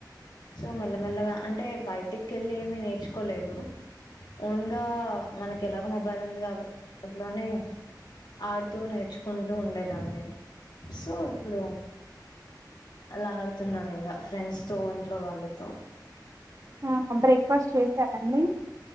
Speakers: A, on the left; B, on the right.
A: సో మెల్లమెల్లగా అంటే బయటికేళ్ళి ఏమి నేర్చుకోలేదు ఓన్గా మనకి ఎలాగో మొబైల్ ఉంది కాబట్ ఇంట్లోనే ఆడుతూ నేర్చుకుంటూ ఉండేదాన్ని సో ఇప్పుడు అలా ఆడుతున్నాను ఇంగా ఫ్రెండ్స్ తో ఇంట్లో వాళ్ళతో
B: ఆహా బ్రేక్ఫాస్ట్ చేశారా అండి